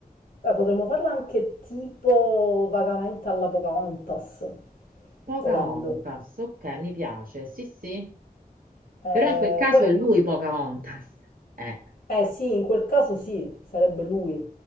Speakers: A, on the left; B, on the right.
A: eh, potremmo farla anche tipo vagamente alla Pocahontas,
B: Pocahontas,
A: volendo.
B: ok, mi piace, sì, sì,
A: Eh,
B: però in quel caso
A: poi
B: è lui Pocahontas. Eh,
A: Eh sì, in quel caso sì, sarebbe lui.